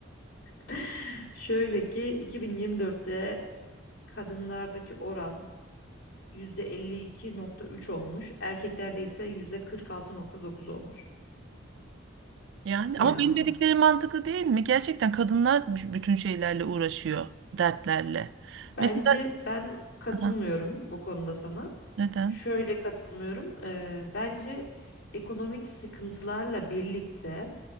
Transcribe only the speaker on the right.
Yani
ama benim dediklerim mantıklı değil mi? Gerçekten kadınlar b- bütün şeylerle uğraşıyor, dertlerle.
Mesela
Aha,
neden?